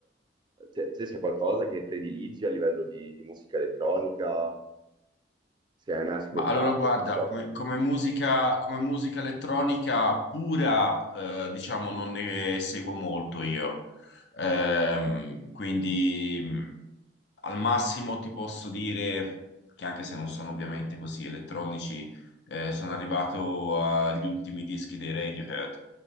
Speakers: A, on the right; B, on the left.
A: te, te c'è qualcosa che prediligi a livello di, di musica elettronica? Se hai mai ascoltato,
B: Ma allora guarda,
A: non so.
B: come, come musica, come musica elettronica pura, eh, diciamo, non ne seguo molto io. Ehm, quindi mh, al massimo ti posso dire che anche se non sono ovviamente così elettronici, eh, sono arrivato agli ultimi dischi dei Radiohead.